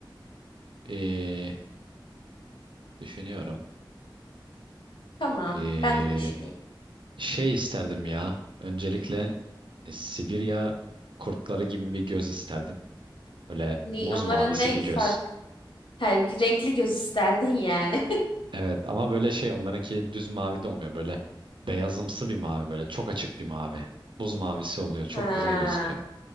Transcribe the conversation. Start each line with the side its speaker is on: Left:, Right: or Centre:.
Right: eee, düşünüyorum.
Left: Tamam
Right: Eee,
Left: ben de düşüneyim.
Right: şey isterdim ya. Öncelikle e, Sibirya kurtları gibi bir göz isterdim. Böyle
Left: Ni
Right: buz
Left: onlara
Right: mavisi
Left: ne
Right: bir
Left: fark?
Right: göz.
Left: Her renkli göz isterdin yani.
Right: Evet ama böyle şey onlarınki düz mavi de olmuyor. Böyle beyazımsı bir mavi böyle çok açık bir mavi. Buz mavisi oluyor. Çok
Left: <laughs>
Right: güzel gözüküyor.
Left: Ha.